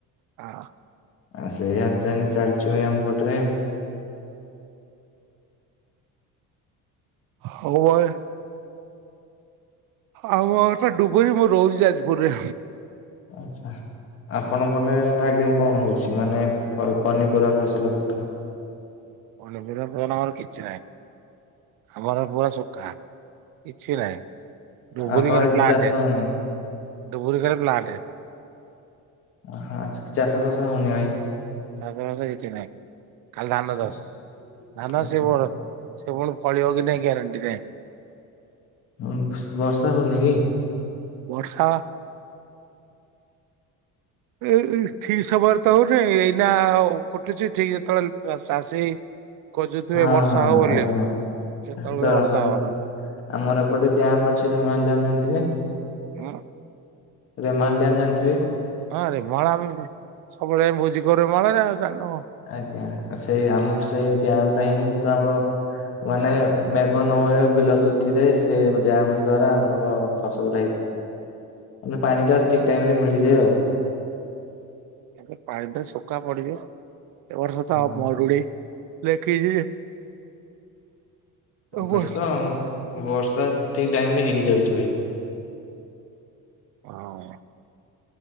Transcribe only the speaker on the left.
ଆ ସେଇଆ ଚେନ ଚାଲିଛି ଭାଇ ଆମପଟରେ।
ଆଚ୍ଛା। ଆପଣଙ୍କନେ ନା ଆଜ୍ଞା! କଣ ହଉଛି? ମାନେ ପ ନି ପନିପରିବା ଫସଲ ଫୁସଲ।।
ଆପଣ
ଆଡେ କିଛି
ଚାଷ ହଉନି
ହଁ ଚାଷ ବାସ ହଉନି ଭାଈ।
ଆଚ୍ଛା
ଆଜ୍ଞା
ହଁ ବର୍ଷା ହଉନି କି?
ହଁ
ହଁ
ଆଜ୍ଞା
ସେ ତ
ନାହିଁ
ଆମର ଗୋଟେ ଡ୍ୟାମ ଅଛି ରେମାଲ ଡ୍ୟାମ ଜାଣିଥିବେ।
ରେମାଲ ଡ୍ୟାମ ଜାଣିଥିବେ?
ଆଜ୍ଞା ସେଇ ଆମ ସେଇ ଡ୍ୟାମ୍ ପାଇଁ ତ ଆମର ମାନେ ମେଘ ନ ହୁଏ ବିଲ ଶୁଖିଯାଏ ସେ ଡ୍ୟାମେ ଦ୍ଵାରା ଆମର ଫସଲଟା ହେଇ ମାନେ ପାଣିଟା ଠିକ୍ ଟାଇମ୍ ରେ ମିଳିଯାଏ ଆଉ।
ହଁ।
ଏବର୍ଷ
ବର୍ଷା ଠିକ୍ ଟାଇମ୍ ରେ ହେଇଯାଉଛି ଭାଇ।